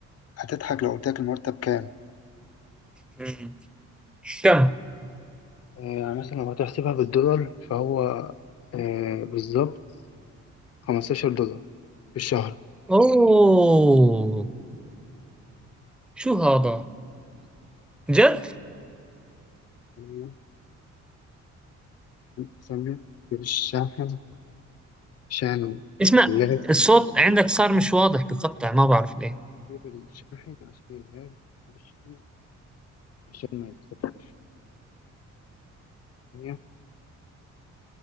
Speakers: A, on the left (about 55°); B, in the centre.
A: هتضحك لو قلت لك المرتب كام
B: مم. كم
A: آه، يعني مثلا لو هتحسبها بالدولار فهو آه، بالظبط 15 دولار في الشهر
B: اوه شو هذا جد
A: يعني سمية بالشاحن شاحن
B: اسمع
A: اللاب
B: الصوت عندك صار مش واضح بقطع ما بعرف ليه
A: جيب الشاحن عشان اللاب بالشاحن عشان ما يفصلش عشان